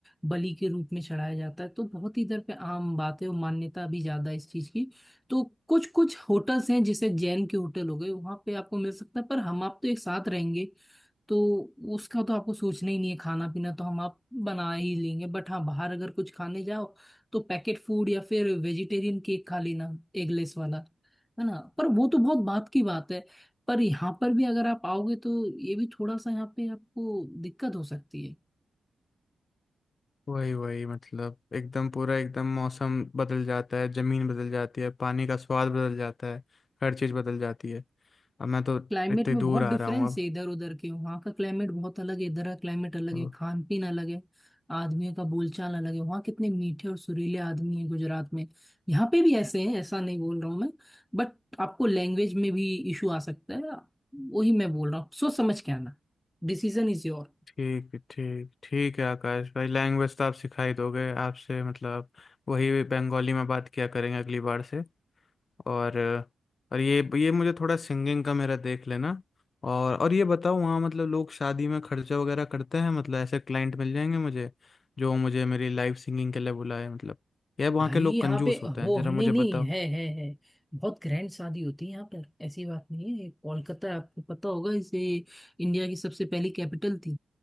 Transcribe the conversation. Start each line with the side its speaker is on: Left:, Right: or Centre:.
Centre: बलि के रूप में चढ़ाया जाता है तो बहुत ही इधर पे आम बात है और मान्यता भी ज्यादा है इस चीज की तो कुछ कुछ होटल्स हैं जैसे जैन के होटल हो गए वहां पे आपको मिल सकता है पर हम आप तो एक साथ रहेंगे तो उसका तो आपको सोचना ही नहीं है खाना पीना तो हम आप बना ही लेंगे बट हाँ बाहर अगर कुछ खाने जाओ तो पैकेट फूड या फिर वेजिटेरियन केक खा लेना एगलेस वाला है ना पर वो तो बहुत बात की बात है पर यहाँ पर भी अगर आप आओगे तो ये भी थोड़ा सा यहाँ पे आपको दिक्कत हो सकती है
Left: वही वही मतलब एकदम पूरा एकदम मौसम बदल जाता है ज़मीन बदल जाती है पानी का स्वाद बदल जाता है हर चीज़ बदल जाती है अब मैं तो
Centre: क्लाइमेट
Left: इतनी
Centre: में
Left: दूर
Centre: बहुत
Left: आ
Centre: डिफरेंस
Left: रहा हूँ अब
Centre: है इधर उधर के वहाँ का क्लाइमेट बहुत अलग है इधर का क्लाइमेट अलग
Left: ओ,
Centre: है खान पीन अलग है आदमियों का बोलचाल अलग है वहाँ कितने मीठे और सुरीले आदमी हैं गुजरात में यहाँ पे भी ऐसे हैं ऐसा नहीं बोल रहा हूँ मैं बट आपको लैंग्वेज में भी इशू आ सकता है वही मैं बोल रहा हूँ सोच समझ के आना डिसीजन इज योर
Left: ठीक ठीक ठीक है आकाश भाई लैंग्वेज तो आप सिखा ही दोगे आपसे मतलब वही बंगाली में बात किया करेंगे अगली बार से और और ये ये मुझे थोड़ा सिंगिंग का मेरा देख लेना और और ये बताओ वहाँ मतलब लोग शादी में खर्चा वगैरह करते हैं मतलब ऐसे क्लाइंट मिल जाएंगे मुझे जो मुझे मेरी लाइव सिंगिंग के लिए बुलाए मतलब यह वहाँ
Centre: भाई
Left: के लोग
Centre: यहाँ
Left: कंजूस
Centre: पे
Left: होते
Centre: हो
Left: हैं जरा
Centre: नहीं
Left: मुझे
Centre: नहीं
Left: बताओ
Centre: है है है बहुत ग्रैंड शादी होती है यहाँ पर ऐसी बात नहीं है कोलकाता आपको पता होगा इसे इंडिया की सबसे पहली कैपिटल थी